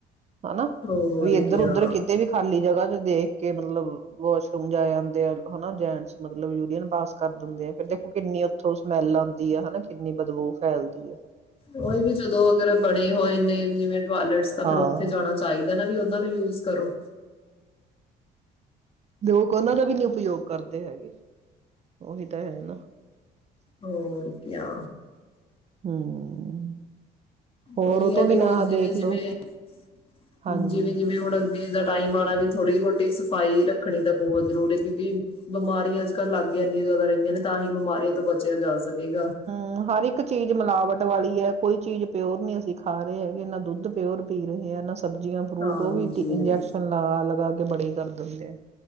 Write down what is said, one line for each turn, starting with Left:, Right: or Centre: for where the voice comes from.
Right: ਹੇਨਾ
Left: ਹੋਰ
Right: ਵੀ ਇੱਧਰ
Left: ਕਿਆ
Right: ਉਧਰ ਕਿਤੇ ਵੀ ਖਾਲੀ ਜਗ੍ਹਾ ਤੇ ਦੇਖ ਕੇ ਮਤਲਬ ਵਾਸ਼ਰੂਮ ਜਾ ਆਂਦੇ ਐਂ ਹੇਨਾ ਜੈਂਟਸ ਮਤਲਬ ਯੂਰੀਅਨ ਪਾਸ ਕਰ ਦਿੰਦੇ ਏਂ ਕਿ ਦੇਖੋ ਕਿੰਨੀ ਉੱਥੋਂ ਸਮੈਲ ਆਉਂਦੀ ਆ ਹੇਨਾ ਕਿੰਨੀ ਬਦਬੂ ਫੈਲਦੀਆ।
Left: ਓਹ ਵੀ ਜਦੋ ਅਗਰ ਬਣੇ ਹੋਏ ਨੇ ਜਿਵੇਂ ਟਵਾਇਲੇਟਸ ਤਾ
Right: ਹਾਂ
Left: ਫਿਰ ਉੱਥੇ ਜਾਣਾ ਚਾਹੀ ਦਾ ਨਾ ਵੀ ਉਹਨਾਂ ਨੂੰ ਯੂਜ਼ ਕਰੋ
Right: ਲੋਕ ਉਹਨਾਂ ਦਾ ਵੀ ਨੀ ਉਪਯੋਗ ਕਰਦੇ ਹੈਗੇ ਉਹੀ ਤਾ ਹੈ ਨਾ।
Left: ਹੋਰਕਿਆ
Right: ਹਮ ਹੋਰ
Left: ਉਹੀ
Right: ਉਹ ਤੋਂ
Left: ਹੈ
Right: ਬਿਨਾਂ
Left: ਵੀ ਹੁਣ ਜਿਵੇਂ-ਜਿਵੇਂ-ਜਿਵੇਂ-ਜਿਵੇਂ
Right: ਦੇਖ ਲਓ ਹਾਂਜੀ
Left: ਹੁਣ ਅੱਗੇ ਦਾ ਟਾਈਮ ਆਣਾ ਵੀ ਥੋੜ੍ਹੀ ਬਹੁਤੀ ਸਫ਼ਾਈ ਰੱਖਣੀ ਤਾ ਬਹੁਤ ਜਰੂਰੀ ਕਿਉਂਕਿ ਬਿਮਾਰੀਆਂ ਅੱਜ ਕੱਲ੍ਹ ਲੱਗ ਹੀ ਇੰਹਨੀਆਂ ਜ਼ਿਆਦਾ ਰਹੀਆਂ ਨੇ ਤਾਂ ਹੀ ਬਿਮਾਰੀਆਂ ਤੋਂ ਬਚਿਆ ਜਾ ਸਕੇਗਾ।
Right: ਮ ਹਰ ਇੱਕ ਚੀਜ ਮਿਲਾਵਟ ਵਾਲੀ ਹੈ ਕੋਈ ਚੀਜ ਪਿਓਰ ਨੀ ਅਸੀ ਖਾ ਰਹੇ ਹੈਗੇ ਨਾ ਦੁੱਧ ਪਿਓਰ ਪੀ ਰਹਿਆਂ ਨਾ ਸਬਜ਼ੀਆਂ ਫਰੂਟ
Left: ਹਾਂਜੀ
Right: ਉਹ ਵੀ ਤੇ ਇੰਜੈਕਸ਼ਨ ਲਗਾ-ਲਗਾ ਬੜੇ ਕਰ ਦਿੰਦੇ ਐਂ।